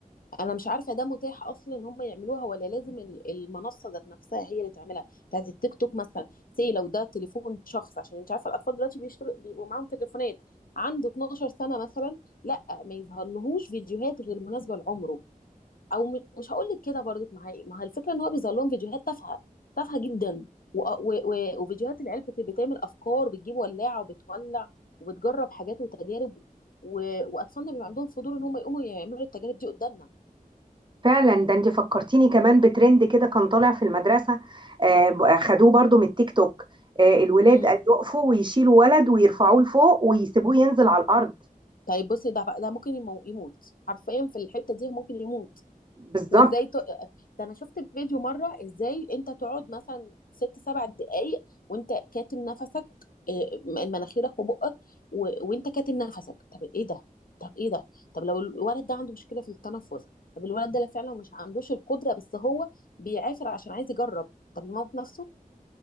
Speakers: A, on the left; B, on the right.
A: انا مش عارفه ده متاح اصلا ان هم يعملوها ولا لازم ال- المنصه ذات نفسها هي اللي تعملها بتاعت التيك توك مثلا سي لو ده تليفون شخص عشان انت عارفه الاطفال دلوقتي بيشتروا بيبقوا معاهم تليفونات عنده 12 سنه مثلا لا ما يظهرلهوش فيديوهات غير مناسبه لعمره او م- مش هقول لك كده برضك ما هي ما هي الفكره ان هو بيظهر لهم فيديوهات تافهه تافهه جدا و... و... و... وفيديوهات العيال بت... بتعمل افكار بتجيب ولاعه وبتولع وبتجرب حاجات وتجارب و... واطفالنا بيبقى عندهم فضول ان هم يقوموا يعملوا التجارب دي قدامنا
B: فعلا ده انت فكرتيني كمان بترند كده كان طالع في المدرسة آه، ب- خدوه برضو من التيك توك آه، الولاد
A: مم.
B: قال يقفوا ويشيلوا ولد ويرفعوه لفوق ويسيبوه ينزل على الأرض
A: طيب بصي ده ده ممكن يمو... يموت حرفيا في الحته دي ممكن يموت
B: بالظبط
A: وازاي ت... ده انا شفت فيديو مره ازاي انت تقعد مثلا ست سبع دقائق وانت كاتم نفسك آه، مناخيرك وبقك و... وانت كاتم نفسك طب ايه ده طب ايه ده طب لو الولد ده عنده مشكله في التنفس طب الولد ده لا فعلا مش عندوش القدره بس هو بيعافر عشان عايز يجرب طب يموت نفسه